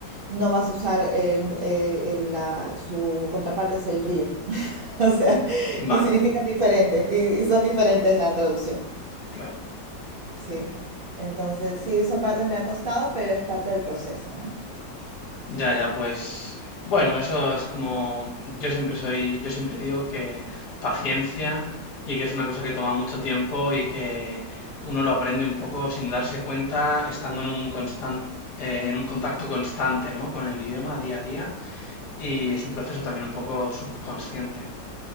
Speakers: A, on the right; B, on the left.
A: no vas a usar, eh, eh, el- la- su contraparte es el RIR, <laughs> o sea,
B: Vale,
A: y significan diferente, y, y son diferentes la traducción,
B: claro.
A: sí. Entonces, sí, esa parte me ha costado, pero es parte del proceso, ¿no?
B: Ya, ya, pues bueno, eso es como yo siempre soy, yo siempre digo que paciencia y que es una cosa que toma mucho tiempo y que uno lo aprende un poco sin darse cuenta, estando en un constan- eh, en un contacto constante, ¿no? Con el idioma día a día y es un proceso también un poco subconsciente.